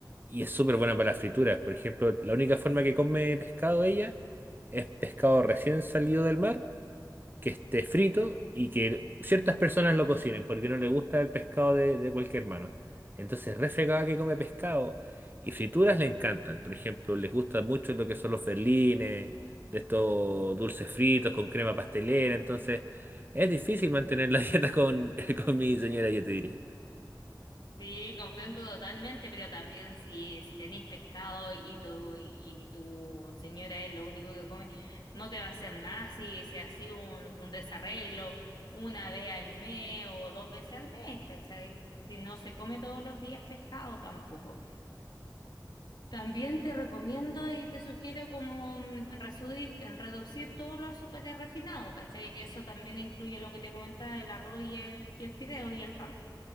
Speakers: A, on the right; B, on the left.
A: y es súper buena para las frituras. Por ejemplo, la única forma que come pescado ella es pescado recién salido del mar que esté frito y que ciertas personas lo cocinen porque no le gusta el pescado de, de cualquier mano. Entonces, refregada que come pescado y frituras le encantan. Por ejemplo, les gusta mucho lo que son los berlines, de estos dulces fritos con crema pastelera. Entonces, es difícil mantener la <laughs> dieta con, con mi señora, yo te diría.
B: Sí, comprendo totalmente, pero también si, si tenéis pescado y tu, y, y tu señora es lo único que come, no te va a hacer nada si, si así un, un desarreglo una vez al mes o dos veces al mes, ¿cachai? Si no se come todos los días pescado tampoco. También te recomiendo y te sugiero como mm, resudi- en reducir todos los azúcares refinados, ¿cachai? Eso también incluye lo que te comentaba, el arroz y el, y el fideo y el pan.